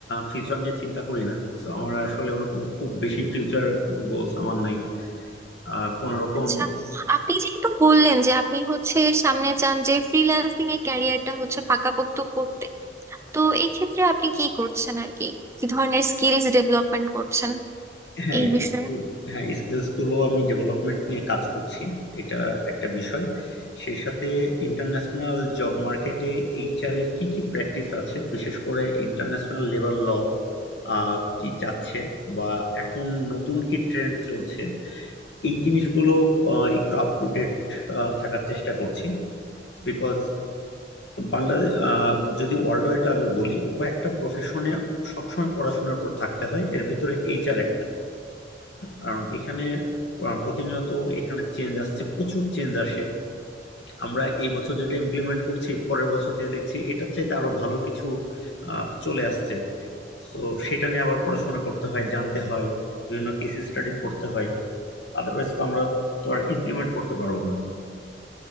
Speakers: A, on the left; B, on the right.
A: ফিউচার নিয়ে চিন্তা করি না তো আমার আসলে ওরকম খুব বেশি ফিউচার গোলস আমার নাই আহ কোন রকম
B: আচ্ছা আপনি যেহেতু বললেন যে আপনি হচ্ছে সামনে চান যে ফ্রিল্যান্সিং এর ক্যারিয়ারটা হচ্ছে পাকাপোক্ত করতে তো এক্ষেত্রে আপনি কি করছেন আর কি কি ধরনের স্কিলস ডেভেলপমেন্ট করছেন
A: হ্যাঁ
B: এই বিষয়ে
A: উম, হ্যাঁ স্কিলস গুলো আমি ডেভেলপমেন্ট নিয়ে কাজ করছি এটা একটা বিষয় সেই সাথে ইন্টারন্যাশনাল জব মার্কেটে এইচআর এর কি কি প্র্যাকটিস আছে বিশেষ করে ইন্টারন্যাশনাল লেবার ল আহ কি চাচ্ছে বা এখন নতুন কি ট্রেন্ড চলছে এই জিনিসগুলো আহ, একটু আপ টু ডেট থাকার চেষ্টা করছি বিকজ বাংলাদেশ যদি ওয়ার্ল্ড ওয়াইড আমি বলি কয়েকটা প্রফেশনে সবসময় পড়াশোনার পর থাকতে হয় এর ভিতরে এইচআর একটা কারণ এখানে আহ, প্রতিনিয়ত এখানে চেঞ্জ আসছে প্রচুর চেঞ্জ আসে আমরা এই বছর যেটা ইমপ্লিমেন্ট করছি পরের বছর যে দেখছি এটার চাইতে আরো ভালো কিছু আহ, চলে আসছে তো সেটা নিয়ে আবার পড়াশোনা করতে হয় জানতে হয় বিভিন্ন কেস স্টাডি পড়তে হয় আদারওয়াইজ তো আমরা তো আর ইমপ্লিমেন্ট করতে পারবো না